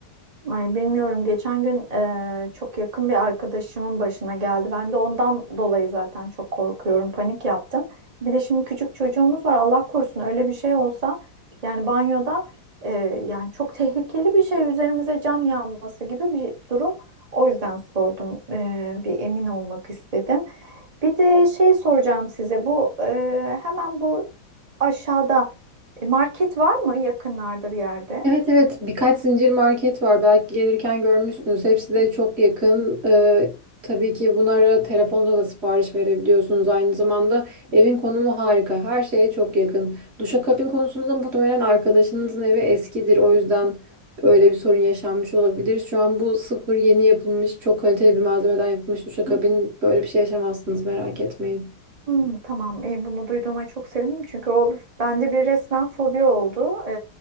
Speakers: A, on the right (about 85°); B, on the right (about 45°).
A: Ay bilmiyorum. Geçen gün eee, çok yakın bir arkadaşımın başına geldi. Ben de ondan dolayı zaten çok korkuyorum. Panik yaptım. Bir de şimdi küçük çocuğumuz var. Allah korusun öyle bir şey olsa yani banyoda eee, yani çok tehlikeli bir şey üzerimize cam yağması gibi bir durum. O yüzden sordum. Eee, bir emin olmak istedim. Bir de şey soracağım size. Bu eee, hemen bu aşağıda e, market var mı yakınlarda bir yerde?
B: Evet evet birkaç zincir market var belki gelirken görmüşsünüz hepsi de çok yakın Ee, tabii ki bunlara telefonda da sipariş verebiliyorsunuz aynı zamanda evin konumu harika her şeye çok yakın duşakabin konusunda muhtemelen arkadaşınızın evi eskidir o yüzden öyle bir sorun yaşanmış olabilir şu an bu sıfır yeni yapılmış çok kaliteli bir malzemeden yapılmış duşakabin böyle bir şey yaşamazsınız merak etmeyin.
A: Hmm, tamam, e, bunu duyduğuma çok sevindim çünkü o bende bir resmen fobi oldu. Ee,